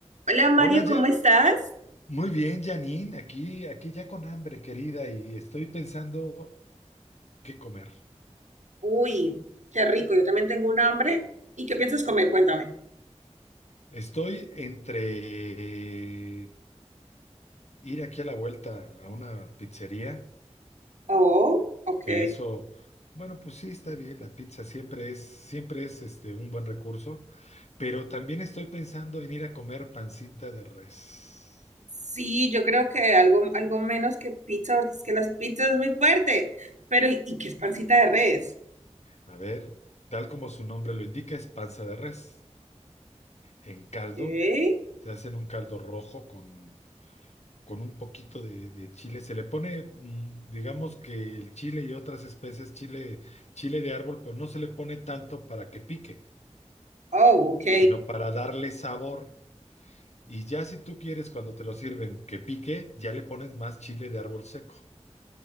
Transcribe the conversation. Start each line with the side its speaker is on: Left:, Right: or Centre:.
Right: Hola Mario,
Left: Hola,
Right: ¿cómo
Left: ya.
Right: estás?
Left: Muy bien, Janine. Aquí, aquí ya con hambre, querida, y estoy pensando qué comer.
Right: Uy, qué rico, yo también tengo un hambre. ¿Y qué piensas comer? Cuéntame.
Left: Estoy entre ir aquí a la vuelta a una pizzería,
Right: Oh, ok.
Left: que eso, bueno, pues sí, está bien. La pizza siempre es, siempre es este, un buen recurso, pero también estoy pensando en ir a comer pancita de res.
Right: Sí, yo creo que algo, algo menos que pizza, porque es que las pizzas es muy fuerte. Pero, ¿y, y qué es pancita de res?
Left: A ver, tal como su nombre lo indica, es panza de res en caldo.
Right: ¿Qué?
Left: Se hacen un caldo rojo con con un poquito de, de chile. Se le pone, mm, digamos que el chile y otras especies, chile, chile de árbol, pero no se le pone tanto para que pique,
Right: Oh, ok.
Left: sino para darle sabor. Y ya si tú quieres cuando te lo sirven que pique, ya le pones más chile de árbol seco.